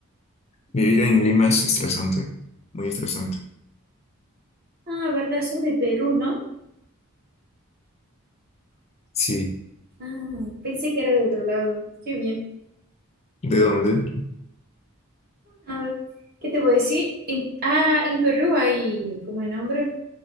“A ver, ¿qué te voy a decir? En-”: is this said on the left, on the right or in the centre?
Right